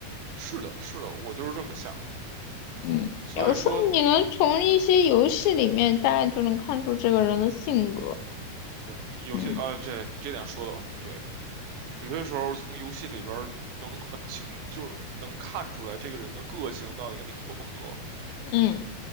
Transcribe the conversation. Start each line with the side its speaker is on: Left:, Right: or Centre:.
Right: 是的，是的，我就是这么想。
Left: 嗯，
Right: 所以说，
Left: 有时候你能从一些游戏里面大概就能看出这个人的性格。
Right: 对，有些啊，
Left: 嗯
Right: 这你这点说的很对。有些时候从游戏里边儿能很清，就是能看出来这个人的个性到底跟你合不合。
Left: 嗯，